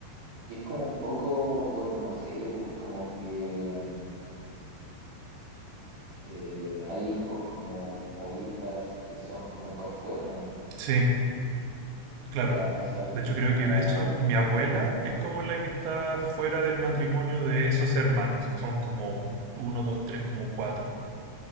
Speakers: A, on the right (about 60°); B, on the right (about 75°).
A: Y es como un poco por, no sé, pues como que mm, eh, hay hijos como o hijas que son como por fuera,
B: Sí, Claro.
A: ya, o sea, como,
B: De hecho, creo que de hecho mi abuela es como la que está fuera del matrimonio de esos hermanos, que son como uno, dos, tres, como cuatro.